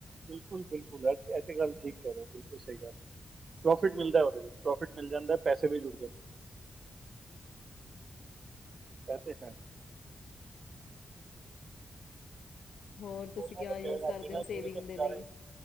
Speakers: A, on the right (about 60°); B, on the left (about 85°).
A: ਬਿਲਕੁਲ ਬਿਲਕੁਲ ਇਹ ਤਾਂ ਗੱਲ ਠੀਕ ਕਹਿ ਰਹੇ ਹੋ ਬਿਲਕੁਲ ਸਹੀ ਗੱਲ ਪ੍ਰੋਫਿਟ ਮਿਲਦਾ
B: ਹਾਂ
A: ਉਹਦੇ ਵਿੱਚ ਪ੍ਰੋਫਿਟ ਮਿਲ ਜਾਂਦਾ ਪੈਸਾ ਏਥੇ ਵੀ ਜੁੜ ਜਾਂਦੇ ਇਹ ਤੇ ਹੈ
B: ਹੋਰ ਤੁਸੀਂ
A: ਦੋਨਾਂ
B: ਕਿਆ
A: ਦਾ
B: ਯੂਜ
A: ਪਿਆਰ ਆ
B: ਕਰਦੇ
A: ਬਿਨਾਂ
B: ਹੋ ਸੇਵਿੰਗ
A: ਜੋੜੇ ਤੋਂ ਗੁਜ਼ਾਰਾ
B: ਦੇ ਲਈ
A: ਹੀ ਨਹੀਂ।